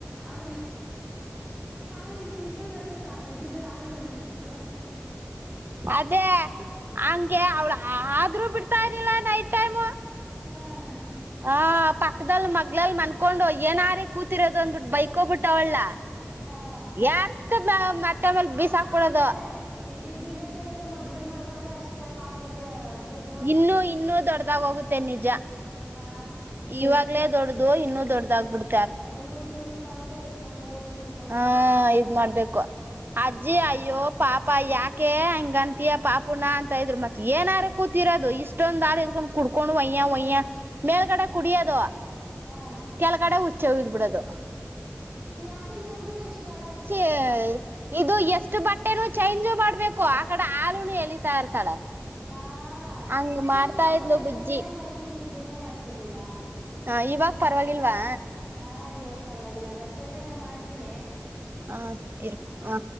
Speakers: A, in the centre; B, on the right.
A: ಅವ್ಳ ಹಾಲ್ ಎಷ್ಟ ಇತ್ತು ಗೊತ್ತಾ ಸಣ್ಣಕ್ಕಿದ್ರೂ ಹಾಲ್ ತುಂಬ್ ಇದ್ವು.
B: ಅದೇ ಹಂಗೆ ಅವ್ಳ ಹಾ ಆದ್ರೂ ಬಿಡ್ತಾ ಇರ್ಲಿಲ್ಲ ನೈಟ್ ಟೈಮು.
A: ಹಾ.
B: ಹಾ ಪಕ್ಕದಲ್ ಮಗ್ಲಲ್ ಮನ್ಕೊಂಡು ಏನಾರ ಕೂತಿರೋದು ಅಂದ್ಬಿಟ್ಟು ಬೈಕೋಬಿಟ್ಟವಲ್ಲ.
A: ಹಾ
B: ಎತ್ ಮತ್ತೆಮೇಲ್
A: ಅಕ್ಕ
B: ಬೀಸಾಕ್ಬಿಡೋದು.
A: ಅಂದ್ರೆ ಈ ದಿವ್ಯಾಕ್ ಏನಾದ್ರೂ ಮಗ್ಲಲ್ ಮಾಲ್ಕೊಂಡ್ರೆ ಅಷ್ಟೇ ಪಾಪುಗೆ ಬುರ್
B: ಇನ್ನು ಇನ್ನೂ ದೊಡ್ಡದಾಗ ಹೋಗುತ್ತೆ ನಿಜ.
A: ಆ
B: ಇವಾ ಗ್ಲೇ ದೊಡ್ದು ಇನ್ನು ದೊಡ್ದ ಆಗ್ಬಿಡ್
A: ಒಂದ್ ಮೂರ್ ತಿಂಗ್ಳು ತನಕ ಎತ್ಕೊಂಡೆ ಕೂತ್
B: ಹಾ ಇದ್ ಮಾಡ್ಬೇಕು ಅಜ್ಜಿ
A: ಆ
B: ಅಯ್ಯೋ ಪಾಪ ಯಾಕೆ ಹಂಗ ಅಂತಿಯ ಪಾಪುನ ಅಂತ ಇದ್ರು ಮತ್ತ ಏನಾರು ಕೂತಿರೋದು ಇಷ್ ಷ್ಟೊಂದು ಆಲ್ ಇದ್ಕೊಂಡ್ ಕುಡ್ಕೊಂಡು ಒಯ್ಯ ಒಯ್ಯ ಮೇಲ್ಗಡೆ ಕುಡಿಯೋದು.
A: ಆ
B: ಕೆಳ್ಗಡೆ ಉಚ್ಚೆ ಹುಯ್ದಬಿಡೋದು.
A: ಯಾಕೆ ಇವ್ಳು ಎಷ್ಟು ಕಾಟ
B: ಏ ಇದು ಎಷ್ಟು ಬಟ್ಟೆನೂ ಚೇಂಜ್ ಮಾಡ್ಬೇಕು ಆ ಕಡೆ ಹಾಲುನು ಎಳಿತಾ ಇರ್ತಾಳೆ.
A: ಆ
B: ಹಂಗ್
A: ಅಕ್ಕ
B: ಮಾಡ್ತಾ
A: ಇವ್ಳು ಹಂಗೆ
B: ಇದ್ಲು ಬುಜ್ಜಿ
A: ಅಂದ್ರೆ ನೈಟ್ ನಿದ್ದೆನೇ ಮಾಡ್ತರ್ನಿಲ್ಲ.
B: ಹಾ ಇವಾಗ ಪರವಾಗಿಲ್ವಾ.
A: ಹಾ ಇವಾಗ ಪರವಾಗಿಲ್ಲ ಅಕ್ಕ ಸರಿ ಅಕ್ಕ ಮಾಡ್ತೀನಿ.
B: ಹಾ ಇರು ಹಾ.